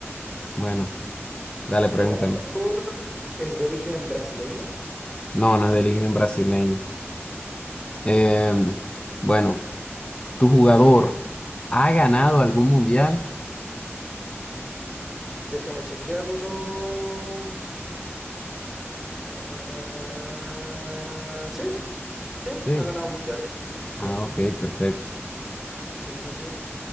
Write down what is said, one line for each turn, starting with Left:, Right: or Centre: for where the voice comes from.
Left: Bueno, dale, pregúntame.
Centre: ¿Tu jugador es de origen brasileño?
Left: No, no es de origen brasileño. Eh,
Centre: Ya.
Left: bueno, ¿tu jugador ha ganado algún mundial?
Centre: Déjame chequearlo. Eh, eh, eh, eh, eh, sí. Sí,
Left: Sí.
Centre: ha ganado un mundial. Sí,
Left: Ah, ok, perfecto.
Centre: sí, sí, sí.